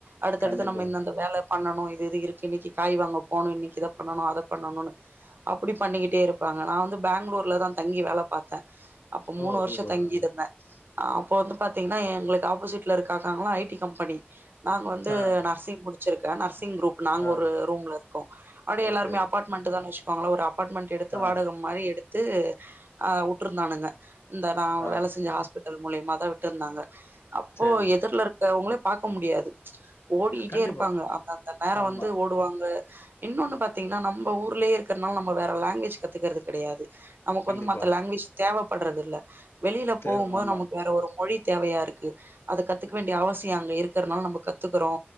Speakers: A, on the right (about 55°); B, on the left (about 70°).
A: அடுத்தடுத்து
B: கண்டிப்பா.
A: நம்ம இந்தந்த வேல பண்ணணு இது இருக்கு இன்னிக்கி காய் வாங்க போனு இன்னிக்கி இத பண்ணணு அத பண்ணணும்னு அப்டி பண்ணிக்கிட்டே இருப்பாங்க நா வந்து பெங்களூர்லதா தங்கி வேல பாத்த அப்போ மூணு
B: ஓ!
A: வருஷோ
B: சூப்பர்.
A: தங்கியிருந்த
B: ஆ,
A: அப்போ வந்து பாத்தீங்ன்னா எங்களுக்கு ஆப்போசிட்ல இருக்காக்காங்களா ஐ டி கம்பெனி நாங்க வந்து
B: ஆ,
A: நர்சிங் முடிச்சிருக்க நர்சிங் குரூப் நாங்க
B: ஆ,
A: ஒரு ரூம்ல இருக்கோ அப்டியே
B: ஓகே.
A: எல்லாருமே அபார்ட் மென்ட்டு தா வச்சுக்கோங்கள ஒரு அபார்ட்மெண்ட் எடுத்து
B: ஆ,
A: வாடக மாரி எடுத்து அ உட்டுருந்தானுங்க இந்த நா
B: ஆ,
A: வேல செஞ்ச ஹாஸ்பிட்டல் மூலியமாதா விட்டு இருந்தாங்க அப்போ
B: சரி.
A: எதிர்ல இரு அவுங்களே பாக்க முடியாது ச் ஓடிட்டே
B: கண்டிப்பா.
A: இருப்பாங்க அந்த அந்த நேரோ
B: ஆமா,
A: வந்து ஓடுவாங்க இன்னொன்னு பாத்தீங்ன்னா நம்ம ஊர்லயே இருக்கிறனால நம்ம வேற லாங்குவேஜ் கத்துக்கறது கெடையாது நமக்கு
B: கண்டிப்பா.
A: வந்து மத்த லாங்குவேஜ் தேவைப்பட்றது இல்ல வெளியில
B: தேவ்
A: போகும்போது
B: ஆமா,
A: நமக்கு வேற ஒரு மொழி தேவயா இருக்கு அத கத்துக்க
B: ம்.
A: வேண்டிய அவசியோ அங்க இருக்கிறனால நமக்கு கத்துக்குறோ